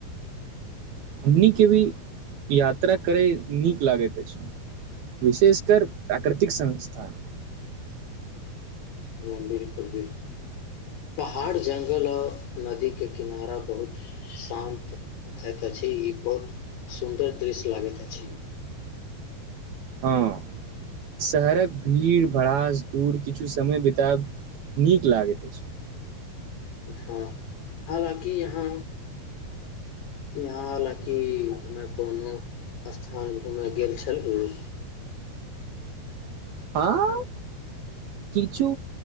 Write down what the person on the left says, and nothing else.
मन्दिर पुरबीर पहाड़ जङ्गल आ नदीके किनारा बहुत शान्त होइत अछि ई बहुत सुन्दर दृश्य लागैत अछि।
हँ हालाँकि यहाँ यहाँ हालाँकिमे कोनो स्थान घूमय गेल छल गुरू